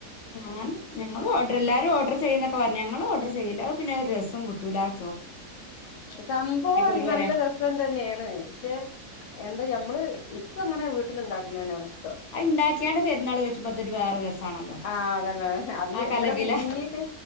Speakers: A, on the left; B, on the left.
A: ഞാൻ ഞങ്ങള് ഓഡർ എല്ലാരും ഓർഡർ ചെയ്യുന്നൊക്കെ പറഞ്ഞു ഞങ്ങങ്ങള് ഓർഡർ ചെയ്യില്ല പിന്നെ ഒരു രസം കിട്ടൂല അ
B: സംഭവം
A: ഓര്
B: നല്ല
A: പറയാ
B: രസം തന്നെയാണ് ക്ഷെ എന്താ ഞമ്മള് ഇക്കങ്ങനെ വീട്ട്ന്ന്ണ്ടാക്കുന്നന്നെയാണ് ഇ
A: അയ്ണ്ടാക്കിയാണ്ട് പെരുന്നാൾ കൈച്ചുമ്പതൊരു വേറെ രസാണല്ലോ
B: ആഹ് അതന്നെ അന്ന്
A: ആ കലപില
B: ഇന്നലെ കുടുങ്ങീട്ട്